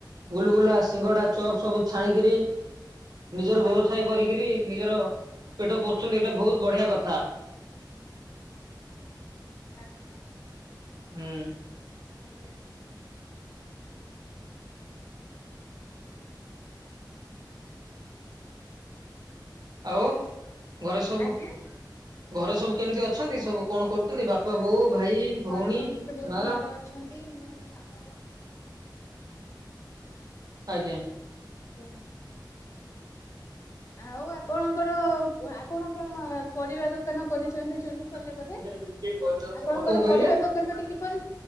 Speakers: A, on the right; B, on the left.
A: ଗୁଲଗୁଲା, ସିଙ୍ଗଡ଼ା, ଚପ୍ ସବୁ ଛାଣିକରି ନିଜର ବ୍ୟବସାୟ କରିକିରି ନିଜର ପେଟ ପୋଷୁଛନ୍ତି ଏଇଟା ବୋହୁତ ବଢିଆ କ ଥା
B: ଆଚ୍ଛା।
A: ହୁଁ।
B: ଆଜ୍ଞା।
A: ଆଉ ଘରେ ସବୁ
B: ଆଜ୍ଞା
A: ଘରେ ସବୁ କେମତି ଅଛନ୍ତି ସବୁ କଣ କରୁଚନ୍ତି ବାପା, ବୋଉ, ଭାଇ? ଭଉଣୀ
B: ଘରେ ସମସ୍ତେ ବୋହୁତ
A: ମା
B: ଭଲ ଅଛନ୍ତି ମୁଁ କାମ କ
A: ଆଜ୍ଞା।
B: ଜ୍ଞା ଆଉ ଆପଣଙ୍କର ପ୍ ଆପଣ ପା ଆ ପରିବା ଦୋକାନ କରିଛନ୍ତି ଚଣ୍ଡିଖୋଲରେ
A: କଣ
B: ବୋଧେ? ଆପଣଙ୍କର
A: କହିଲେ
B: ପରିବା ଦୋକାନଟି କିପରି